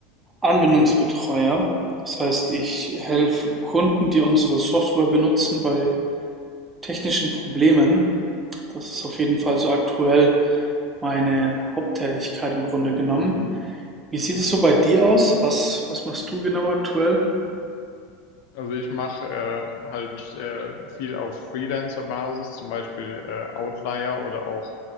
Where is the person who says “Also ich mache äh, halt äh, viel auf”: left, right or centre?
Left